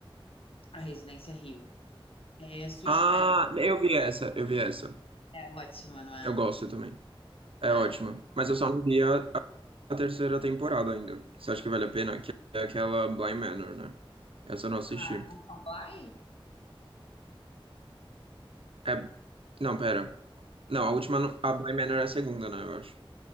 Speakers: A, on the left; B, on the right.
A: a Residência Hill, é suspeita,
B: Ah, eu vi essa, eu vi essa.
A: é ótima, não é?
B: Eu gosto também. É
A: É.
B: ótima. Mas eu só não vi a, a terceira temporada ainda. Você acha que vale a pena? Que é aquela Blind Manor, né? Essa eu não assisti.
A: Ah, não são Bly?
B: É. Não, pera. Não, a última. não- A Blind Manor é a segunda, né? Eu acho.